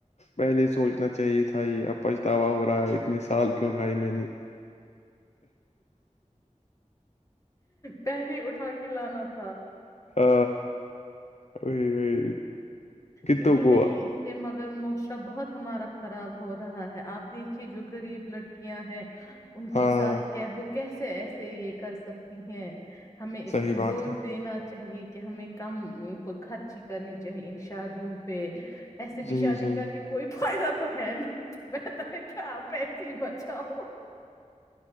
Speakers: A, on the left; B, on the left.
A: پہلے ہی سوچنا چاہیے تھا یہ اب پچھتاوا ہو رہا ہے اتنے سال کیوں کھائے میں نے
B: پہلے اٹھا کے لانا تھا
A: آ وہی وہی کتوں
B: نہیں
A: کو
B: نہیں سے مگر معاشرہ بہت ہمارا خراب ہو رہا ہے آپ دیکھیے جو غریب لڑکیاں ہیں ان
A: ہاں
B: کے ساتھ کیا وہ کیسے ایسے یہ کر سکتی ہیں ہمیں اس
A: صحیح
B: پہ
A: بات
B: زور
A: ہے
B: دینا چاہیے کہ ہمیں کم خرچی کرنی چاہیے شادیوں پہ ایسے بھی
A: صحیح
B: شادی
A: صحیح
B: کر کے کوئی فائدہ تو ہے نہیں میں تو کیا پیسے بچاؤ